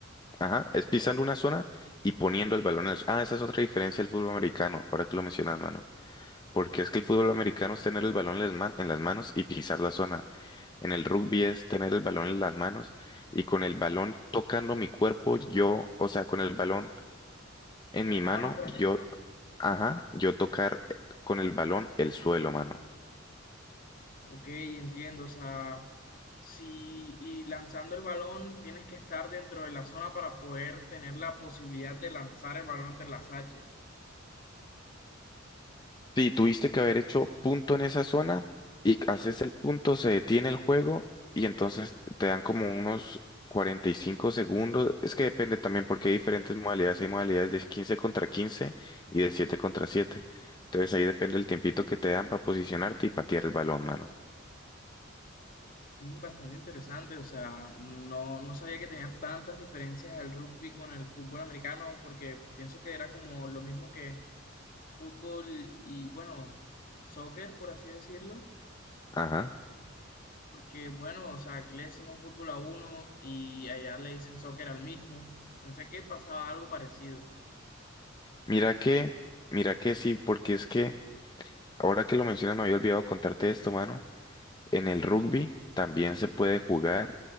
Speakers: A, on the left; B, on the left.
A: Ajá, es pisando una zona y poniendo el balón en el... Ah, esa es otra diferencia del fútbol americano, ahora que lo mencionas, mano. Porque es que el fútbol americano es tener el balón en las ma- en las manos y pisar la zona. En el rugby es tener el balón en las manos y con el balón tocando mi cuerpo, yo, o sea, con el balón en
B: En
A: mi
B: la
A: mano,
B: mano, por
A: yo,
B: ejemplo,
A: ajá, yo tocar eh, con el balón el suelo, mano.
B: Ok, entiendo. O sea, si y lanzando el balón tienes que estar dentro de la zona para poder tener la posibilidad de lanzar el balón entre las haches.
A: Sí, tuviste que haber hecho punto en esa zona y haces el punto, se detiene el juego y entonces te dan como unos 45 segundos. Es que depende también porque hay diferentes modalidades. Hay modalidades de 15 contra 15 y de 7 contra siete Entonces ahí depende el tiempito que te dan para posicionarte y patear el balón, mano.
B: Mm, Bastante interesante, o sea, no, no sabía que tenía tantas diferencias el rugby con el fútbol americano, porque pienso que era como lo mismo que fútbol y, bueno, soccer, por así decirlo,
A: Ajá.
B: porque, bueno, o sea, aquí le decimos fútbol a uno y allá le dicen soccer al mismo. Pensé que pasaba algo parecido.
A: Mira que, mira que sí, porque es que ahora que lo mencionas me había olvidado contarte esto, mano. En el rugby también se puede jugar